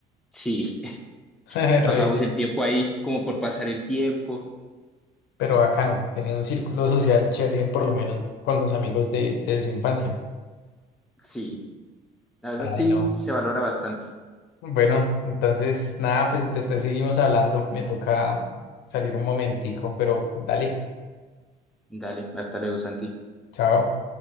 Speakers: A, in the centre; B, on the left (about 85°).
A: sí,
B: <laughs>
A: <laughs> pasamos
B: Re bien.
A: el tiempo ahí como por pasar el tiempo.
B: Pero bacano, tenía un círculo social chévere, por lo menos con los amigos de, de su infancia.
A: Sí, la verdad
B: Ay,
A: sí
B: no.
A: se valora bastante.
B: Bueno, entonces, nada, pues después seguimos hablando. Me toca salir un momentico, pero dale,
A: Dale, hasta luego, Santi.
B: chao.